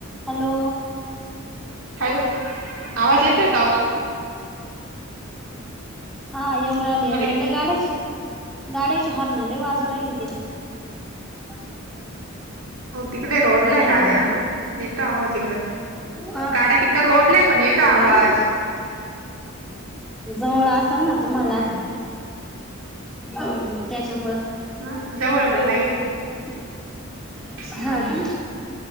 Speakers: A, in the centre; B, on the right (about 75°).
A: Hello.
B: Hello, आवाज येतोय का ओ?
A: हा येऊ रहिलेय
B: तुम्हाला
A: येऊ राहिलेय
B: येतोय का?
A: गाड्याचे गाड्याचे हॉर्न लय वाजू राहिलेते <inaudible>
B: हो तिकडे रोडला आहे
A: हॅलो
B: गाड्या येतो आवाज इकडं
A: हा
B: गाड्या तिकड रोडला आहे पण येतो
A: हा
B: आवाज
A: ना जवळ असेल ना
B: हम्म
A: तुम्हाला हम्म त्याच्यामुळं.
B: हा जवळ
A: अह
B: हाय
A: अह
B: काय
A: हा ना.